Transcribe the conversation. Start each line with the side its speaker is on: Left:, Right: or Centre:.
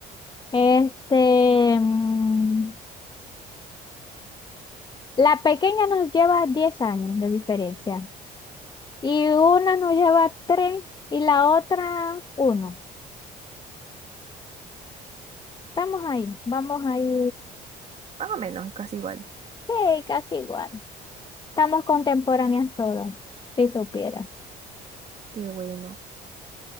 Left: Este, mm, la pequeña nos lleva 10 años de diferencia y una nos lleva 3 y la otra uno. Estamos ahí, vamos ahí,
Right: Mm, Más o menos, es casi igual.
Left: sí, casi igual. Estamos contemporáneas todas, si supiera.
Right: Qué bueno.